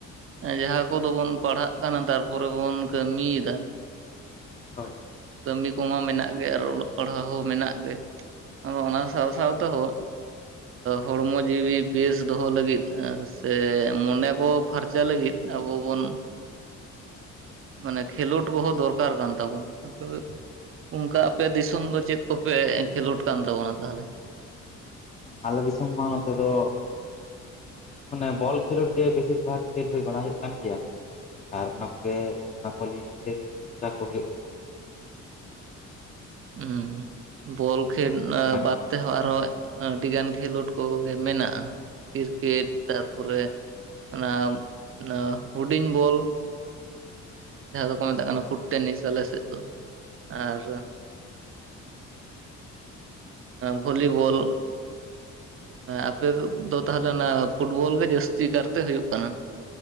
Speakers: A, on the right (about 45°); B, on the left (about 25°).
A: ᱡᱟᱦᱟᱸ ᱠᱚᱫᱚ ᱵᱚᱱ ᱯᱟᱲᱦᱟᱜ ᱠᱟᱱᱟ ᱛᱟᱨᱯᱚᱨᱮ ᱵᱚᱱ ᱠᱟᱹᱢᱤᱭᱮᱫᱟ
B: ᱦᱚᱭ
A: ᱠᱟᱹᱢᱤ ᱠᱚᱢᱟ ᱢᱮᱱᱟᱜ ᱜᱮ ᱟᱨ ᱚᱞᱚᱜ ᱯᱟᱲᱦᱟᱣ ᱦᱚᱸ ᱢᱮᱱᱟᱜ ᱜᱮ ᱟᱫᱚ ᱚᱱᱟ ᱥᱟᱶ ᱥᱟᱶ ᱛᱮᱦᱚᱸ ᱦᱚᱲᱢᱚ ᱡᱤᱣᱤ ᱵᱮᱥ ᱫᱚᱦᱚ ᱞᱟᱹᱜᱤᱫ ᱥᱮ ᱢᱚᱱᱮ ᱠᱚ ᱯᱷᱟᱨᱪᱟ ᱞᱟᱹᱜᱤᱫ ᱟᱵᱚ ᱵᱚᱱ ᱢᱟᱱᱮ ᱠᱷᱮᱞᱳᱰ ᱵᱚᱦᱚᱸ ᱫᱚᱨᱠᱟᱨ ᱠᱟᱱ ᱛᱟᱵᱚᱱᱟ ᱟᱫᱚ ᱚᱱᱠᱟ ᱟᱯᱮ ᱫᱤᱥᱚᱢ ᱫᱚ ᱪᱮᱫ ᱠᱚᱯᱮ ᱠᱷᱮᱞᱳᱰ ᱠᱟᱱ ᱛᱟᱵᱚᱱᱟ ᱛᱟᱦᱚᱞᱮ
B: ᱟᱞᱮ ᱫᱤᱥᱚᱢ ᱢᱟ ᱱᱚᱛᱮ ᱫᱚ ᱢᱟᱱᱮ ᱵᱚᱞ ᱠᱷᱮᱞᱳᱰ ᱜᱮ ᱵᱮᱥᱤᱨ ᱵᱷᱟᱜᱽ ᱠᱷᱮᱞ ᱦᱩᱭ ᱵᱟᱲᱟ ᱦᱩᱭᱩᱜ ᱠᱟᱱ ᱜᱮᱭᱟ ᱟᱨ ᱚᱱᱟ ᱠᱚᱜᱮ ᱚᱱᱟ ᱠᱚ ᱞᱤᱭ ᱫᱟᱜᱮ <unintelligible> ᱪᱚᱨᱪᱟ ᱠᱚ ᱦᱩᱭᱩᱜ ᱠᱟᱱᱟ
A: ᱦᱚ ᱵᱚᱞ ᱠᱷᱮᱞ
B: ᱚᱱᱟᱜᱮ
A: ᱵᱟᱫ ᱛᱮᱦᱚᱸ ᱟᱨᱦᱚ ᱟᱹᱰᱤᱜᱟᱱ ᱠᱷᱮᱞᱳᱰ ᱠᱚᱜᱮ ᱢᱮᱱᱟᱜᱼᱟ ᱠᱤᱨᱠᱮᱴ ᱛᱟᱨᱯᱚᱨᱮ ᱚᱱᱟ ᱦᱩᱰᱤᱧ ᱵᱚᱞ ᱡᱟᱦᱟᱸ
B: ᱦᱳᱭ
A: ᱫᱚᱠᱚ
B: ᱦᱳᱭ
A: ᱢᱮᱛᱟᱜ ᱠᱟᱱᱟ ᱯᱷᱩᱴ ᱴᱮᱱᱤᱥ ᱟᱞᱮᱥᱮᱫ ᱫᱚ ᱟᱨ
B: <inaudible>
A: ᱵᱷᱚᱞᱤᱵᱚᱞ ᱟᱯᱮ ᱫᱚ ᱛᱟᱦᱚᱞᱮ ᱚᱱᱟ ᱯᱷᱩᱴᱵᱚᱞ ᱜᱮ ᱡᱟᱹᱥᱛᱤ ᱠᱟᱨᱛᱮ ᱦᱩᱭᱩᱜ ᱠᱟᱱᱟ